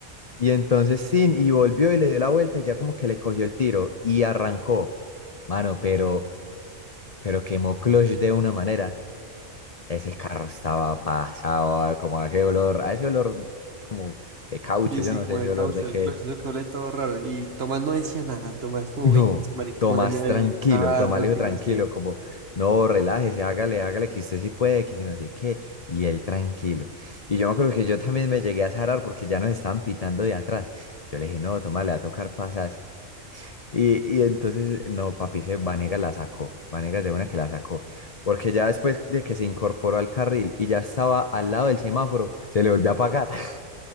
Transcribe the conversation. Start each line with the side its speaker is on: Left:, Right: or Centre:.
Left: Y entonces sin, y volvió y le dio la vuelta y ya como que le cogió el tiro y arrancó. Mano, pero, pero quemó clutch de una manera. Ese carro estaba pasado, a- como a ese olor, a ese olor como de caucho,
Right: sí
Left: yo
Right: sí,
Left: no
Right: como
Left: sé ese
Right: de
Left: olor
Right: caucho,
Left: de qué
Right: el clutch,
Left: es.
Right: eso que huele todo raro. Y Tomás no decía nada, Tomás como
Left: No,
Right: bien, marica,
Left: Tomás,
Right: me daña
Left: tranquilo,
Right: el carro,
Left: Tomás le dijo
Right: que
Left: tranquilo,
Right: no sé.
Left: como, no, relájese, hágale, hágale, que usted sí puede, que yo no sé qué, y él tranquilo. Y yo me acuerdo que yo también me llegué a zarar porque ya nos estaban pitando de atrás. Yo le dije, no, Tomás, le va a tocar pasarse. Y, y entonces, no, papi, se Vanegas la sacó, Vanegas de una que la sacó, porque ya después de que se incorporó al carril y ya estaba al lado del semáforo, se le volvió a apagar. <laughs>